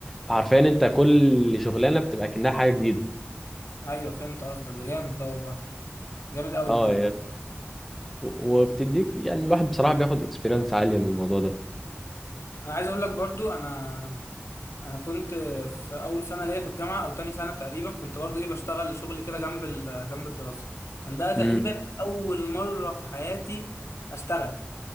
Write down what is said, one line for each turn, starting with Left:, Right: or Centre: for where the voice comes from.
Centre: فحرفيا انت كل شغلانه بتبقى كأنها حاجه جديده
Left: ايوه فهمت قصدك ده جامد ده والله جامد قوي
Centre: اه
Left: بجد
Centre: يعني و- وبتديك يعني الواحد بصراحه بياخد اكسبيرينس عاليه من الموضوع ده
Left: انا عايز اقول لك برضو انا انا كنت في اول سنه ليا في الجامعه او تاني سنه تقريبا كنت برضو ايه بشتغل شغل كده جنب ال- جنب الدراسه كان ده تقريبا
Centre: امم
Left: اول مره في حياتي اشتغل